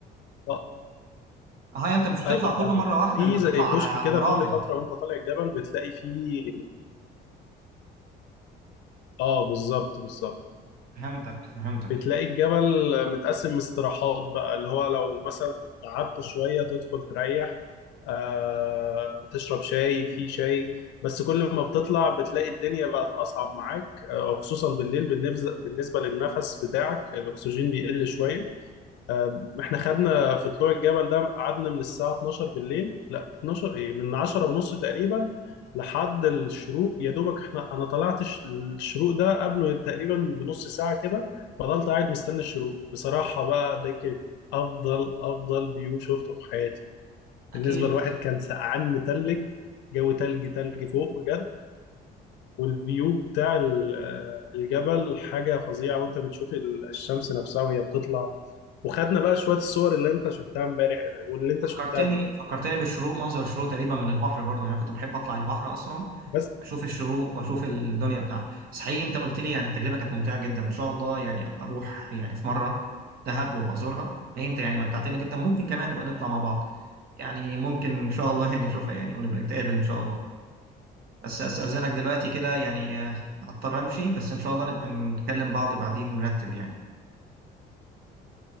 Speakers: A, on the left; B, on the right.
A: اه
B: هاي انت مش بتطلع
A: ايوه
B: كله
A: فاهمك
B: مره واحده
A: في
B: انت بتطلع
A: زي كشك
B: على على
A: كده
B: مراحل
A: كل فتره وانت طالع الجبل بتلاقي فيه اه بالظبط بالظبط
B: فهمتك فهمتك
A: بتلاقي الجبل متقسم استراحات بقى اللي هو لو مثلا قعدت شويه تدخل تريح آه تشرب شاي في شاي بس كل ما بتطلع بتلاقي الدنيا بقت اصعب معاك آه خصوصا بالليل بالنفز- بالنسبه للنفس بتاعك الاكسجين بيقل شويه آه، احنا خدنا في طلوع الجبل ده قعدنا من الساعة 12 بالليل لا 12 ايه من 10 ونص تقريبا لحد الشروق يا دوبك احنا انا طلعت الش- الشروق ده قبله تقريبا بنص ساعة كده فضلت قاعد مستني الشروق بصراحة بقى ده كانت افضل افضل فيو شفته في حياتي
B: اكيد
A: بالنسبة لواحد كان سقعان متلج جو تلج تلج فوق بجد والفيو بتاع ال- الجبل حاجة فظيعة وانت بتشوف ال- الشمس نفسها وهي بتطلع وخدنا بقى شوية الصور اللي انت شفتها امبارح واللي انت
B: فكرتني
A: شفتها دي
B: فكرتني بالشروق منظر الشروق تقريبا من البحر برضه يعني أنا كنت بحب اطلع البحر اصلا
A: بس
B: اشوف الشروق واشوف الدنيا بتاعته بس حقيقي انت قلت لي يعني التجربه كانت ممتعه جدا ان شاء الله يعني ابقى اروح يعني في مره دهب وابقى ازورها لا انت يعني متعتني جدا ممكن كمان نبقى نطلع مع بعض يعني ممكن ان شاء الله يعني نشوفها يعني ونبقى نتقابل ان شاء الله بس أستأذنك دلوقتي كده يعني آه، هضطر أمشي بس إن شاء الله نبقى نتكلم بعض بعدين ونرتب يعني